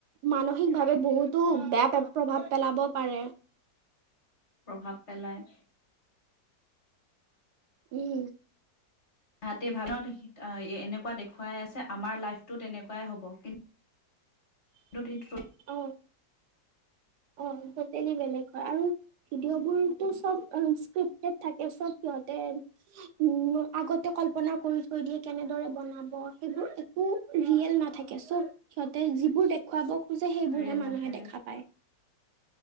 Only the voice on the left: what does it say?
প্ৰভাৱ পেলায়।
তাহাতে <unintelligible> এনেকুৱা দেখুৱাই আছে আমাৰ লাইফটো তেনেকুৱাই হ'ব কিন
<unintelligible>
ৰিয়েল
নাথাকে